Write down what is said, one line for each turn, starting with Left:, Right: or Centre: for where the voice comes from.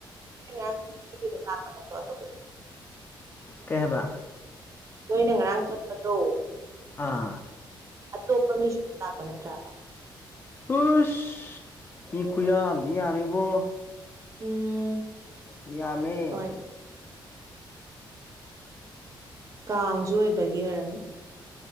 Right: <unintelligible>
Left: ꯀꯩꯍꯕ
Right: ꯅ ꯑꯩꯅ ꯉꯔꯥꯡ ꯆꯠꯄꯗꯣ
Left: ꯑꯥ
Right: ꯑꯇꯣꯞꯄ ꯃꯤꯁꯨ ꯑꯗꯨ ꯂꯥꯛꯄ ꯅꯠꯇ꯭ꯔꯥꯕ
Left: ꯄꯨꯁ ꯃꯤꯈꯨꯌꯥꯗꯤ ꯌꯥꯃꯦꯕꯣ
Right: ꯎꯝ
Left: ꯌꯥ ꯌꯥꯃꯦ
Right: ꯍꯣꯏ ꯀꯥꯡꯁꯨ ꯑꯣꯏꯕꯒꯤ ꯑꯣꯏꯔꯝꯅꯤ